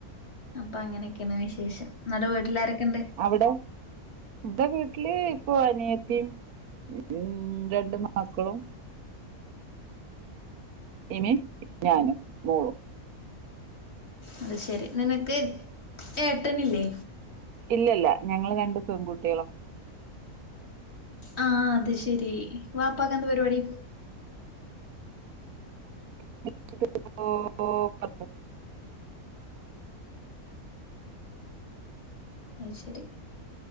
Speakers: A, on the left; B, on the right.
A: അപ്പൊ അങ്ങനെയൊക്കെണ് വിശേഷം. എന്നിട്ട് വീട്ടിലാരൊക്കെ ഇണ്ട്
B: അവടെ ഇന്റെ വീട്ടില് ഇപ്പൊ അനിയതിം ഉം രണ്ട് മക്കളും ഇന് ഞാനും മോളു
A: അത് ശെരി നിനക്ക് ചേട്ടനില്ലേ
B: ഇല്ലല്ല ഞങ്ങള് രണ്ട് പെൺകുട്ടികള
A: ആഹ അത് ശെരി വാപ്പക്ക് എന്താ പരിപാടി
B: <unintelligible>
A: അയ്ശരി